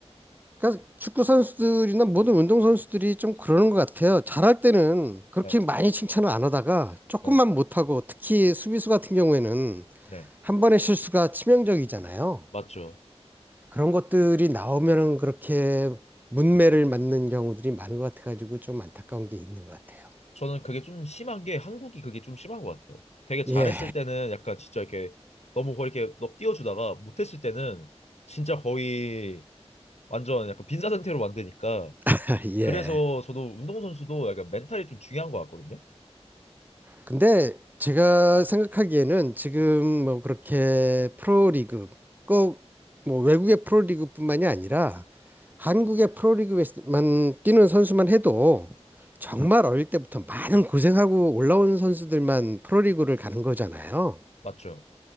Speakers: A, on the right; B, on the left.
A: 그러니까 축구 선수들이나 모든 운동 선수들이 좀 그러는 것 같아요. 잘할 때는 그렇게
B: 네,
A: 많이 칭찬을 안 하다가 조금만
B: 네,
A: 못하고 특히 수비수 같은 경우에는
B: 네,
A: 한 번의 실수가 치명적이잖아요.
B: 맞죠.
A: 그런 것들이 나오면은 그렇게 문매를 맞는 경우들이 많은 것 같아가지고 좀 안타까운 게 있는 것 같아요.
B: 저는 그게 좀 심한 게 한국이 그게 좀 심한 것 같아요. 되게 잘했을
A: 예,
B: 때는 약간 진짜 이렇게 너무 거의 이렇게 넋 띄워주다가 못했을 때는 진짜 거의 완전 약간 빈사 상태로 만드니까
A: <laughs> 예.
B: 그래서 저도 운동선수도 약간 멘탈이 좀 중요한 것 같거든요.
A: 근데 제가 생각하기에는 지금 뭐 그렇게 프로리그 꼭 뭐 외국의 프로리그뿐만이 아니라 한국의 프로리그에만 뛰는 선수만 해도 정말 어릴 때부터 많은 고생하고 올라온 선수들만 프로리그를 가는 거잖아요.
B: 맞죠.